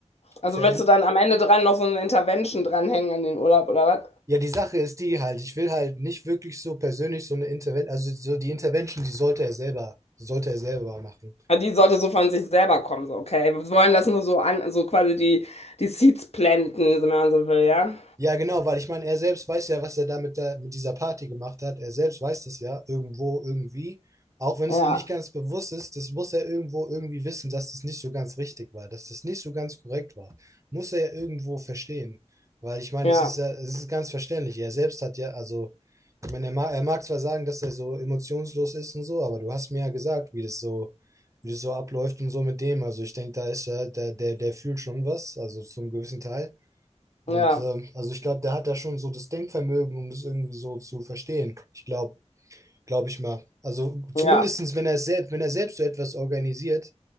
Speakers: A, on the left (about 60°); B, on the right (about 25°).
A: Also
B: verändern.
A: willst du dann am Ende dran noch so eine Intervention dranhängen an den Urlaub oder was?
B: Ja, die Sache ist die halt, ich will halt nicht wirklich so persönlich so eine Intervention, also so die Intervention, die sollte er selber, sollte er selber machen.
A: Ja, Die sollte so von sich selber kommen, so, okay. Wir wollen das nur so an, so quasi die, die Seeds planten, so wenn man so will, ja.
B: Ja, genau, weil ich meine, er selbst weiß ja, was er da mit, der, mit dieser Party gemacht hat. Er selbst weiß das ja irgendwo, irgendwie. Auch wenn
A: Ja,
B: es ihm nicht ganz bewusst ist, das muss er irgendwo irgendwie wissen, dass das nicht so ganz richtig war, dass das nicht so ganz korrekt war. Muss er ja irgendwo verstehen. Weil ich meine,
A: Ja,
B: das ist ja, das ist ganz verständlich. Er selbst hat ja, also, ich meine, er mag, er mag zwar sagen, dass er so emotionslos ist und so, aber du hast mir ja gesagt, wie das so, wie das so abläuft und so mit dem. Also ich denke, da ist ja, der, der, der fühlt schon was, also zum gewissen Teil. Und
A: ja,
B: ähm, also ich glaube, der hat da schon so das Denkvermögen, um das irgendwie so zu verstehen. Ich glaube, glaube ich mal. Also zumindestens,
A: ja,
B: wenn er es selbst, wenn er selbst so etwas organisiert,